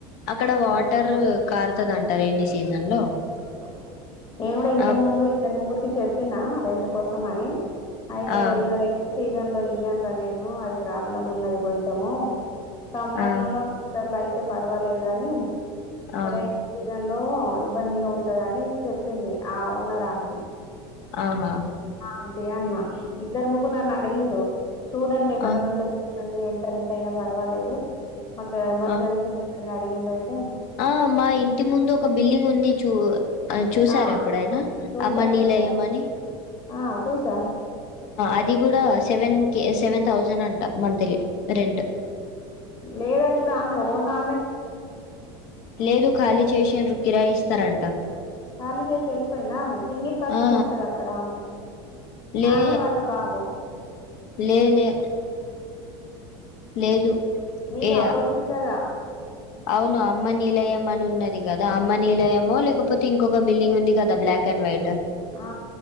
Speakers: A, on the left; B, on the left.
A: అక్కడ వాటర్
B: నాకు
A: కార్ తదంట రేనీ స్ సీజన్ లో
B: ఓహ నేను కూడా ఇంత
A: ఆ
B: ముందు ఇద్దరు ముగ్గురికి చెప్ చెప్పినా రెంట్ కోసం అని ఆయితే
A: ఆ
B: ఇవరే సీజన్ లో ఇయ్యనురా నేను అది ప్రాబ్లం ఉన్నది కొంచము సమ్మర్
A: ఆ
B: లనో వింటర్ అయి అయితే పర్వాలేదు గాని
A: ఆ
B: రరే సీజన్ లో ఇబ్బందిగా ఉంటదని చెప్పింది ఆ ఓనర్ అంటీ
A: ఆహా
B: అంటి అన్నా ఇద్దర్ ముగ్గునన్న అడిగిండు చూడండి ఎక్కడ
A: ఆ
B: ఉంటె అండి ఎంత రెం టైన పర్వాలేదు మాకు ఎమర్జెన్సీ
A: ఆ
B: ఉందని అ అడిగిండు అయితే
A: ఆ మా ఇంటి ముందు ఒక బిల్డింగ్ ఉంది చూ అది చూసార
B: ఆ
A: ఎప్పుడైనా
B: చూసా
A: అమ్మ నిలయం
B: చూసా
A: ఆ అని
B: ఆ చూసా
A: అది కూడా సెవెన్ కే సెవెన్ థౌజండ్ అంట మంత్లీ రెంట్
B: లేదా ఇప్పుడు ఆమె ఓనా
A: లేదు ఖాళీ చేసిడ్రు కిరాయి ఇస్ స్త రంటా
B: కాళీ చేసి వెళ్ళిపోయింద ఆమె సింగిల్ పర్సనే
A: ఆ
B: ఉంటది అక్కడ ఆమె
A: లే
B: ఆమె వాళ్ళ బాబు
A: లే లే లేదు
B: మీకు
A: ఏ
B: ఆపోజిట్ కదా
A: అవును అమ్మ నిలయం అని ఉన్నది కదా అమ్మ నిలయమో లేక లేకపోతేంకొక బిల్డింగ్ ఉంది కదా బ్లాక్ అండ్ వైట్
B: ఆ ఆ